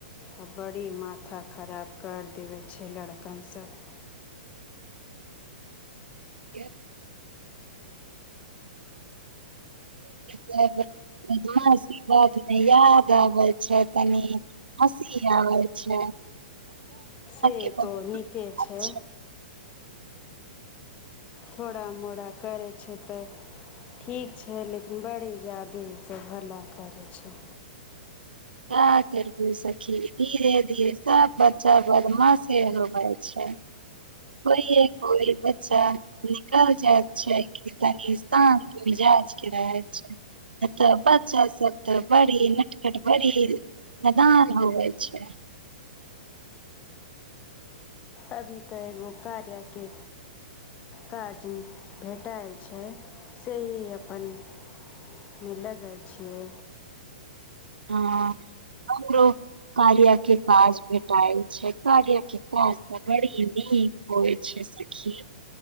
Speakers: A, on the left (about 30°); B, on the right (about 90°).
A: आ बड़ी माथा खराब करि देबै छै लड़कनसभ
B: एहि सभ चीज वादमे याद आबय छै तनी हँसी आबैय छै <inaudible>
A: से
B: के
A: तो नीके
B: बदमाश
A: छै थोड़ा मोड़ा करै छै तऽ ठीक छै लेकिन बड़ी जादे इ सभ हल्ला करैत छै
B: का करबू सखी धीरे धीरे सभ बच्चा बदमाशे हो जाइत छै कोइए कोइ बच्चा निकल जायत छै की तनि शान्त मिजाजकेँ रहैत छै नै तऽ बच्चा सभ तऽ बड़ी नटखट बड़ी नदान होैबै छै
A: अभी तऽ एगो कार्याके काज भेटायल छै सेहे अपनमे लगल छियै
B: हँ हमरो कार्या केँ काज भेटाएल छै कार्या केँ काज तऽ बड़ी नीक होइत छै सखी